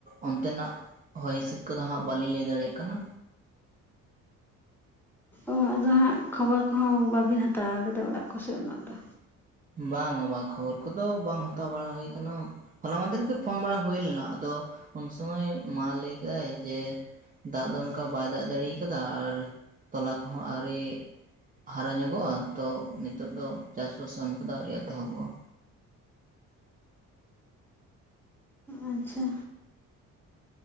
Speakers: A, on the right (about 20°); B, in the centre.
A: ᱚᱱᱛᱮᱱᱟᱜ ᱦᱚᱭ ᱦᱤᱸᱥᱤᱫ ᱠᱚᱫᱚ ᱦᱟᱸᱜ ᱵᱟᱹᱞᱤᱧ ᱞᱟᱹᱭ ᱫᱟᱲᱮᱭᱟᱜ ᱠᱟᱱᱟ
B: ᱚ ᱟᱫᱚ ᱦᱟᱸᱜ ᱠᱷᱚᱵᱚᱨ ᱠᱚᱦᱚᱸ ᱵᱟᱵᱤᱱ ᱦᱟᱛᱟᱣ ᱟᱠᱟᱫᱟ ᱚᱲᱟᱜ ᱠᱚᱥᱮᱫ ᱩᱱᱟᱹᱜ ᱫᱚ
A: ᱵᱟᱝᱟ ᱵᱟᱝ ᱠᱷᱚᱵᱚᱨ ᱠᱚᱫᱚ ᱵᱟᱝ ᱦᱟᱛᱟᱣ ᱵᱟᱲᱟ ᱦᱩᱭ ᱟᱠᱟᱱᱟ ᱦᱚᱞᱟ ᱢᱟᱦᱫᱷᱮᱨᱜᱮ ᱯᱷᱳᱱ ᱵᱟᱲᱟ ᱦᱩᱭ ᱞᱮᱱᱟ ᱟᱫᱚ ᱩᱱ ᱥᱚᱢᱚᱭ ᱢᱟ ᱞᱟᱹᱭ ᱠᱮᱫᱟᱭ ᱡᱮ ᱫᱟᱜ ᱫᱚ ᱚᱱᱠᱟ ᱵᱟᱭ ᱫᱟᱜ ᱡᱟᱲᱤᱭᱟ ᱟᱠᱟᱫᱟ ᱟᱨ ᱛᱚᱞᱟ ᱠᱚᱦᱚᱸ ᱟᱹᱣᱨᱤ ᱦᱟᱨᱟ ᱧᱚᱜᱚᱜᱼᱟ ᱛᱚ ᱱᱤᱛᱚᱜ ᱫᱚ ᱪᱟᱥᱵᱟᱥ ᱠᱟᱹᱢᱤ ᱠᱟ ᱮᱛᱚᱦᱚᱵᱚᱜᱼᱟ
B: ᱟᱪᱪᱷᱟ